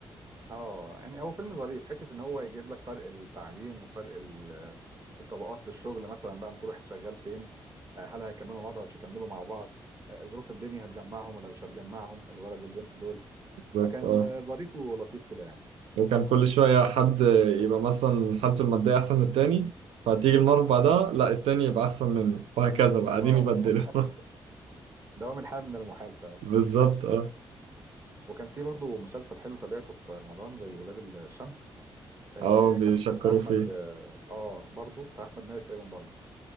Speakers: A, on the right; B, on the right.
A: اه يعني هو فيلم ظريف حته ان هو يجيب لك فرق التعليم وفرق ال- الطبقات في الشغل مثلا بقى من كل واحد شغال فين آه، هل هيكملوا مع بعض ولا مش هيكملوا مع بعض آه، ظروف الدنيا هتجمعهم ولا مش هتجمعهم الولد والبنت دول
B: بالظبط
A: فكان
B: اه
A: آه، ظريف ولطيف كده يعني
B: وكان كل شويه حد يبقى مثلا حالته الماديه احسن من التاني فتيجي المره اللي بعدها لا التاني يبقى احسن منه وهكذا بقى قاعدين
A: اه
B: يبدلوا
A: <laughs>
B: <laughs>
A: دوام الحال من المحال فعلا
B: بالظبط
A: أيوة.
B: اه
A: وكان في برضه مسلسل حلو تابعته في رمضان زي ولاد الشمس آه،
B: اه بيشكروا
A: كان بتاع احمد
B: فيه
A: اه آه، برضه بتاع احمد مالك تقريبا برضه